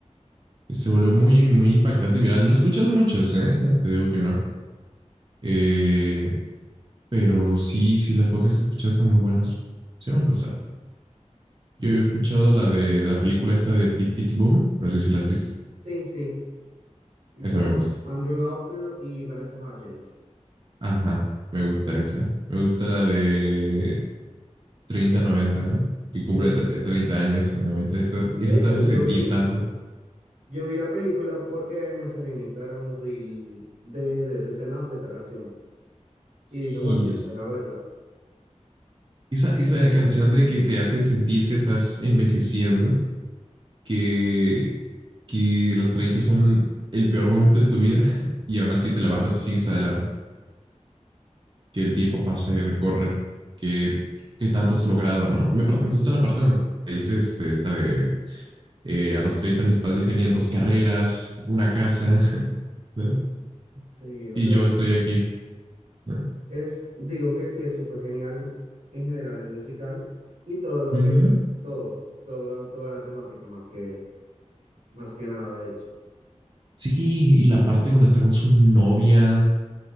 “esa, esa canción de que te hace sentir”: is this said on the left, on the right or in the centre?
Right